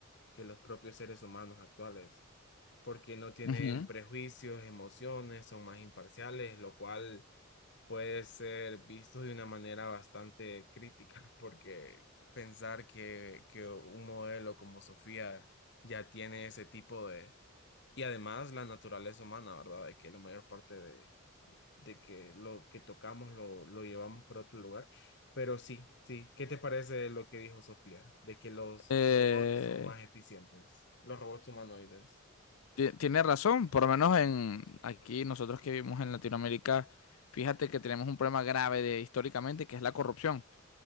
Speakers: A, on the left; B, on the left.
A: que los propios seres humanos actuales, porque no tienen
B: Ujú.
A: prejuicios, emociones, son más imparciales, lo cual puede ser visto de una manera bastante crítica, porque pensar que, que un modelo como Sofía ya tiene ese tipo de... Y además la naturaleza humana, ¿verdad? De que la mayor parte de, de que lo que tocamos lo, lo llevamos para otro lugar. Pero sí, sí. ¿Qué te parece lo que dijo Sofía? De que los
B: Eh,
A: robots son más eficientes, los robots humanoides.
B: ti- tiene razón, por lo menos en aquí nosotros que vivimos en Latinoamérica, fíjate que tenemos un problema grave de, históricamente, que es la corrupción.